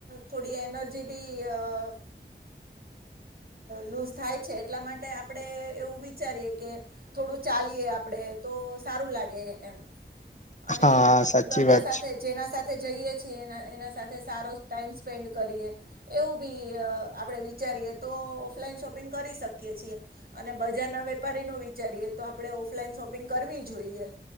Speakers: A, on the right; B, on the left.
A: થોડી એનર્જી બી અ લૂઝ થાય છે એટલા માટે આપણે એવું વિચારીએ કે થોડું ચાલીએ આપણેે તો સારું લાગે એમ. અને
B: હા સાચી
A: બધા
B: વાત
A: સાથે
B: છે
A: જેના સાથે જઈએ છીએ એના સાથે સારો ટાઈમ સ્પેન્ડ કરીએ એવું બી આપણે વિચાર કરીએ તો ઓફલાઈન શોપિંગ કરી શકીએ છે. અને બજ જાના વેપારીનું વિચારીએ તો આપડે ઓફલાઈન શોપિંગ કરવી જોઈએ.